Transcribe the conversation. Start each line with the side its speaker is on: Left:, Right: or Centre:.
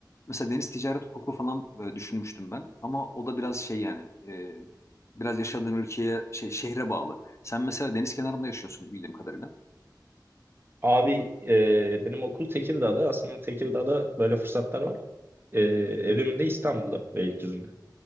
Left: mesela deniz ticaret hukuku falan e, düşünmüştüm ben ama o da biraz şey yani e, biraz yaşadığın ülkeye şey şehre bağlı. Sen mesela deniz kenarında yaşıyorsun bildiğim kadarıyla.
Right: Abi e, benim okul Tekirdağ'da aslında Tekirdağ'da böyle fırsatlar var. E, evim de İstanbul'da Beylikdüzü'nde.